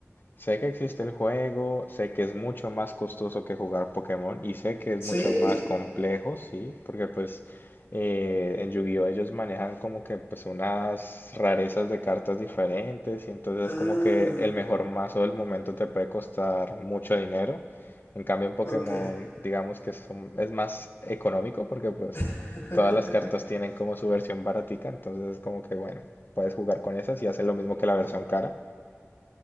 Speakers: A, on the left (about 45°); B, on the left (about 65°).
A: Sé que existe el juego, sé que es mucho más costoso que jugar Pokémon y sé que es
B: Sí.
A: mucho más complejo, sí, porque pues eh, en Yu-Gi-Oh ellos manejan como que pues unas rarezas de cartas diferentes y entonces
B: Ah,
A: como que el mejor mazo del momento te puede costar mucho dinero. En cambio en Pokémon
B: ok.
A: digamos que son- es más económico porque pues
B: <laughs>
A: todas las cartas tienen como su versión baratica, entonces como que bueno, puedes jugar con esas y hacen lo mismo que la versión cara.